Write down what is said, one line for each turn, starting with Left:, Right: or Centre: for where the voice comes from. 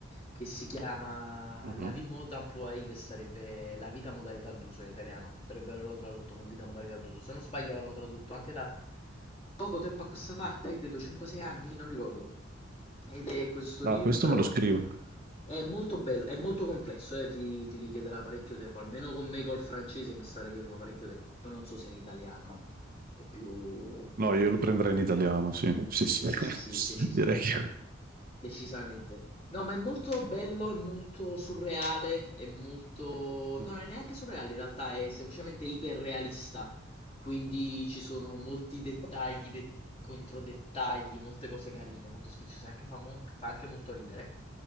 Left: che si chiama
Right: Mhm.
Left: La vie mode employée, che sarebbe La vita modalità d'uso in italiano. Dovrebbero averlo tradotto con vita modalità d'uso. Se non sbaglio l'hanno tradotto anche da poco tempo a questa parte, credo 5-6 anni, non ricordo. Ed è questo
Right: Ah,
Left: libro,
Right: questo me lo scrivo.
Left: è molto bello, è molto complesso, eh, ti, ti richiederà parecchio tempo, almeno con me col francese mi sta richiedendo parecchio tempo, poi non so se in italiano. È più...
Right: No, io lo prenderei in italiano, sì. Sì,
Left: Sì,
Right: sì.
Left: sì,
Right: <laughs>
Left: sì, sì, decisamente.
Right: Direi che...
Left: Decisamente. No, ma è molto bello, è molto surreale, è molto...
Right: Mhm.
Left: no, Non è neanche surreale, in realtà è semplicemente iperrealista. Quindi ci sono molti dettagli, de- controdettagli, molte cose carine, molto sfiziose, anche fa, mon- fa anche molto ridere.